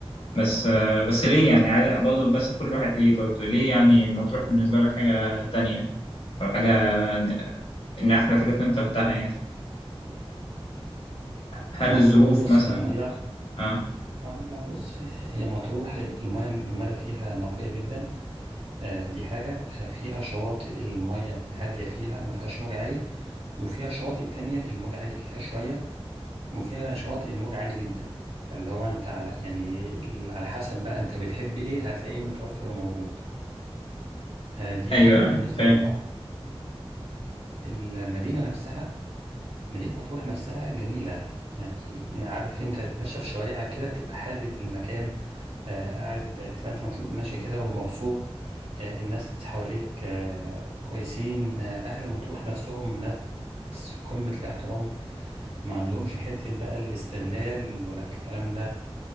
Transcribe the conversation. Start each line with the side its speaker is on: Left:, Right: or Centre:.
Left: بس آه، بس ليه يعني عايز برضه بس كل واحد ليه برضه ليه يعني مطروح بالنسبه لك حاجه تانية او حاجه ج- ان احلى حاجات اللي انت روحتها يعني هل
Right: مطروح
Left: الظروف
Right: بص
Left: مثلا
Right: الميه
Left: اه
Right: آه، لا بص هي مطروح الميه الميه فيها نقيه جدا آه، دي حاجة آه، فيها شواطئ المية هادية فيها ما فيهاش موج عالي وفيها شواطئ تانية الموج عالي فيها شوية وفيها شواطئ الموج عالي جدا فاللي هو انت على يعني ال- على حسب بقى انت بتحب ايه هتلاقيه متوفر وموجود آه، دي
Left: ايوه
Right: حاجة بالنسبة
Left: فاهم
Right: للبحر المدينة نفسها مدينة مطروح نفسها جميلة يعني عارف انت تتمشى في شوارعها كده تبقى حابب المكان آه قاعد تبقى انت مبسوط ماشي كده ومبسوط آه الناس حواليك آه كويسين آه اهل مطروح نفسهم ناس في قمة الاحترام ما عندهمش حتة بقى الاستغلال ولا الكلام ده